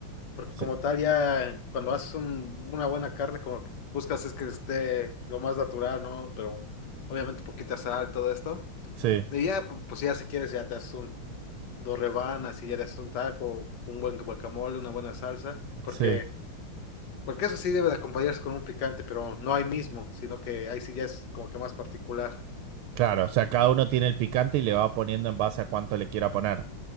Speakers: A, on the left; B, on the right.
A: Porque
B: sí,
A: como tal, ya cuando haces un- una buena carne, como que buscas es que esté lo más natural, ¿no? Pero obviamente poquita sal, todo esto.
B: sí,
A: Y ya, pu- pues ya si quieres, ya te haces un, dos rebanas y ya te haces un taco, un buen guacamole, una buena salsa. Porque,
B: sí.
A: porque eso sí debe de acompañarse con un picante, pero no ahí mismo, sino que ahí sí ya es como que más particular.
B: Claro, o sea, cada uno tiene el picante y le va poniendo en base a cuánto le quiera poner.